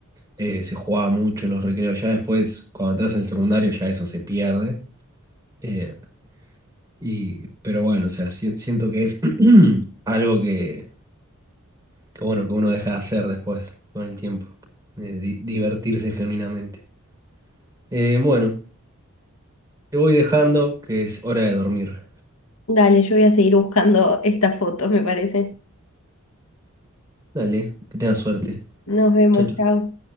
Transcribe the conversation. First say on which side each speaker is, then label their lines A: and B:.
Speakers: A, on the right (about 15°); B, on the left (about 75°).
A: eh, se jugaba mucho en los recreos. Ya después, cuando entras en el secundario, ya eso se pierde. Eh, y, pero bueno, o sea, si- siento que es <clears throat> algo que, que, bueno, que uno deja de hacer después, con el tiempo. eh, di- divertirse genuinamente. Eh, bueno, te voy dejando que es hora de dormir.
B: Dale, yo voy a seguir buscando <laughs> estas fotos, me parece.
A: Dale, que tengas suerte.
B: Nos vemos,
A: Chao,
B: chao.